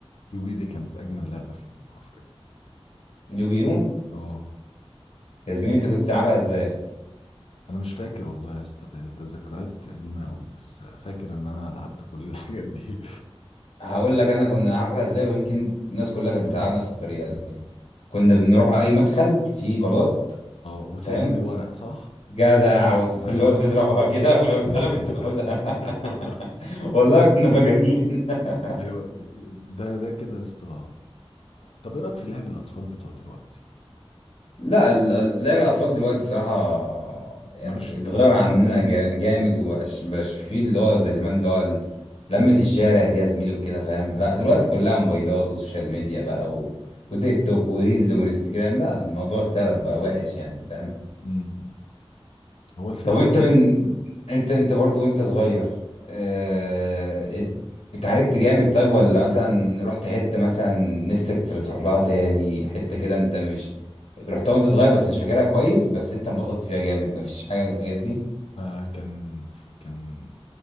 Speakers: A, on the left; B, on the left.
A: يوجي دي كانت أجمل لعبة فيهم حرفيا
B: يوجي يو
A: اه
B: يا زميلي انت كنت بتلعبها ازاي
A: أنا مش فاكر والله يا اسطى ده ده ذكريات قديمة أوي بس فاكر إن أنا لعبت كل <laughs> الحاجات دي
B: هقول لك انا كنا بنلعبها ازاي ويمكن الناس كلها كانت بتلعب نفس الطريقه يا زميلي كنا بنروح اي مدخل فيه بلاط
A: اه وتقلب
B: فاهم
A: الورق صح؟
B: جدع وت-
A: أيوه
B: <laughs> اللي هو تضربها كده ولو اتقلبت
A: <laughs>
B: تاخدها
A: أيوه
B: <laughs> والله كنا مجانين <laughs>
A: أيوه ده ده ده كده يا اسطى طب إيه رأيك في لعب الأطفال بتوع دلوقتي؟
B: لا ال- لعب الاطفال دلوقتي الصراحه يعني
A: ملوش
B: اتغير عننا جا- جامد ومبقاش مبقاش فيه اللي هو زي زمان اللي هو ال- لمة الشارع دي يا زميلي وكده فاهم لا دلوقتي
A: اه
B: كلها موبايلات وسوشيال ميديا بقى و... وتيك توك وريلز وانستجرام لا الموضوع اختلف بقى وحش يعني فاهم
A: امم هو الفكرة
B: طب وانت من انت انت برضو وانت صغير اه... ات- اتعاركت جامد طيب ولا مثلا رحت حتة مثلا نفسك تر- تروح لها تاني حتة كده انت مش رحتها وانت صغير بس مش فاكرها كويس بس انت انبسطت فيها جامد مفيش حاجة من الحاجات دي
A: آه كان كان